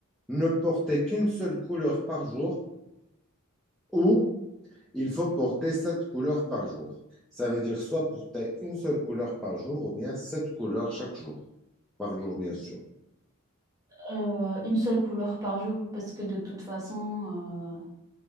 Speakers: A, in the centre; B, on the right.
A: ne porter qu'une seule couleur par jour ou il faut porter sept couleurs par jour? Ça veut dire soit porter une seule couleur par jour ou bien sept couleurs chaque jour, par jour, bien sûr.
B: Euh, une seule couleur par jour parce que de toute façon,